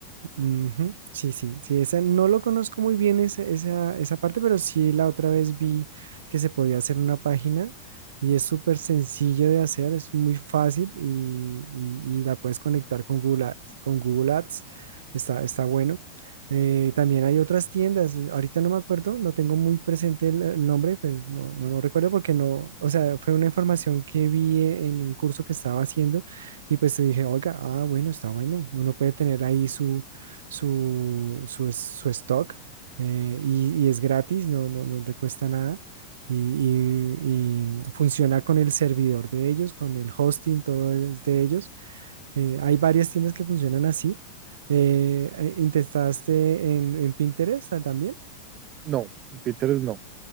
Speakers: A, on the right; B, on the right.
A: Ujú, Sí, sí, sí, esa no lo conozco muy bien esa, esa, esa parte, pero sí la otra vez vi que se podía hacer una página y es súper sencillo de hacer, es muy fácil y, y- y la puedes conectar con Google Ads, con Google Ads, está, está bueno. Eh, también hay otras tiendas, ahorita no me acuerdo, no tengo muy presente el, el nombre, pues no, no, no recuerdo porque no, o sea, fue una información que vi en un curso que estaba haciendo y pues dije, oiga, ah, bueno, está bueno, uno puede tener ahí su su, su, su stock eh, y, y es gratis, no, no, no te cuesta nada. Y, y- y funciona con el servidor de ellos, con el hosting, todo es de ellos. Eh, hay varias tiendas que funcionan así. Eh, eh, ¿intentaste en, en Pinterest ah, también?
B: No, en Pinterest no.